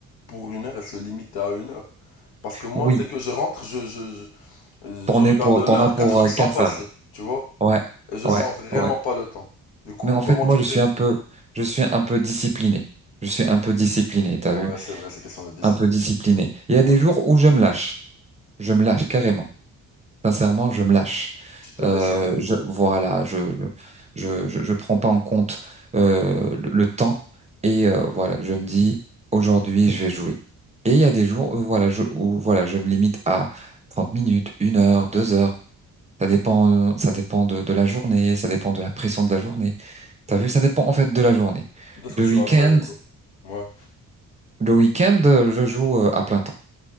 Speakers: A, on the left (about 80°); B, on the right (about 15°).
A: pour une heure et se limiter à une heure. Parce que moi,
B: Oui.
A: dès que je rentre, je, je, je,
B: T'en
A: je regarde
B: es pour,
A: l'heure,
B: t'en as pour
A: quatre heures
B: euh,
A: sans
B: quatre
A: passer
B: heures.
A: Tu vois?
B: Ouais.
A: Et je
B: Ouais.
A: sens vraiment
B: Ouais.
A: pas le temps. Du coup,
B: Mais en fait,
A: comment
B: moi,
A: tu
B: je
A: fais?
B: suis un peu, je suis un peu discipliné. Je suis un peu discipliné, t'as
A: Ouais,
B: vu?
A: c'est vrai, c'est question de discipline.
B: Un peu discipliné. Il
A: Ouais,
B: y a des jours où je me lâche. Je me lâche carrément. Sincèrement,
A: ouais.
B: je me lâche.
A: Tu te
B: Euh,
A: laisses aller.
B: je, voilà, je, je, je, je je prends pas en compte euh, le, le temps et euh, voilà, je me dis aujourd'hui, je vais jouer. Et il y a des jours où voilà, je, où voilà, je me limite à 30 minutes, une heure, deux heures. Ça dépend, ça dépend de, de la journée, ça dépend de la pression de la journée. T'as vu, ça dépend en fait de la journée.
A: De ce que
B: Le
A: tu
B: week-end,
A: vas faire et tout. Ouais.
B: le week-end, euh, je joue euh, à plein temps,